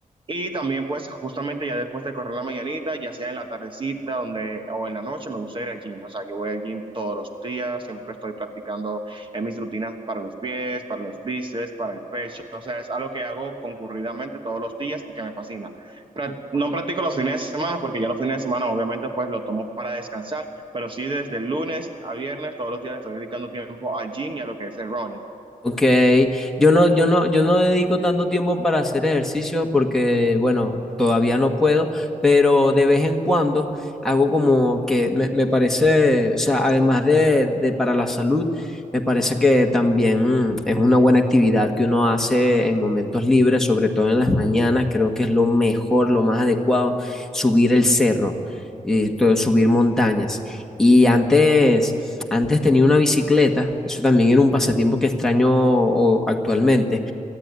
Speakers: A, on the right; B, in the centre.
A: Y también, pues, justamente ya después de correr la mañanita, ya sea en la tardecita donde, o en la noche, me gusta ir al gym. O sea, yo voy al gym todos los días, siempre estoy practicando en mis rutinas para los pies, para los bíceps, para el pecho. O sea, es algo que hago concurridamente todos los días y que me fascina. Pra- no practico los fines de semana porque ya los fines de semana, obviamente, pues, lo tomo para descansar, pero sí desde el lunes a viernes, todos los días le estoy dedicando tiempo al gym y a lo que es el running.
B: Ok, yo no, yo no, yo no dedico tanto tiempo para hacer ejercicio porque, bueno, todavía no puedo, pero de vez en cuando hago como que me, me parece, o sea, además de, de para la salud, me parece que también mm, es una buena actividad que uno hace en momentos libres, sobre todo en las mañanas, creo que es lo mejor, lo más adecuado, subir el cerro, y, to- subir montañas. Y antes... Antes tenía una bicicleta, eso también era un pasatiempo que extraño o- actualmente,